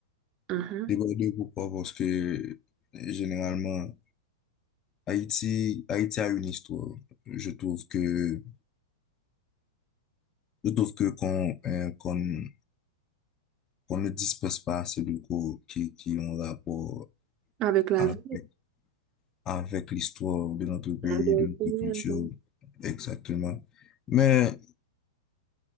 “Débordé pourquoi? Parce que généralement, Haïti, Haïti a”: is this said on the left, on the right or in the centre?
Left